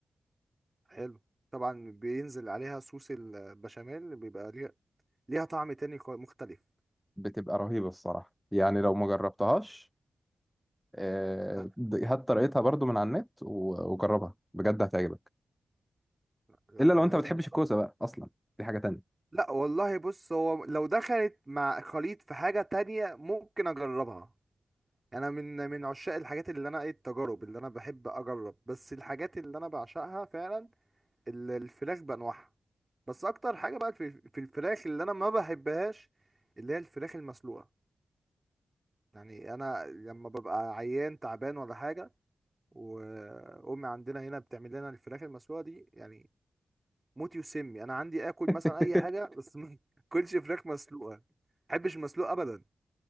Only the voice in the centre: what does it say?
بتبقى رهيبة الصراحة يعني لو ما جربتهاش آه،
هات طريقتها برضو من على النت و- وجربها بجد هتعجبك
الا لو
انت
ما بتحبش
الكوسه بقى اصلا دي حاجه تانية
<laughs>